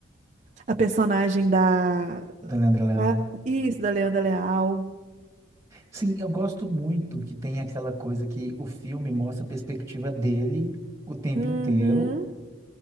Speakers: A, on the right; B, on the right.
A: a personagem da
B: da Leandra Leão.
A: Ah, isso, da Leandra Leal.
B: Sim, eu gosto muito que tem aquela coisa que o filme mostra a perspectiva dele o tempo
A: Uhum.
B: inteiro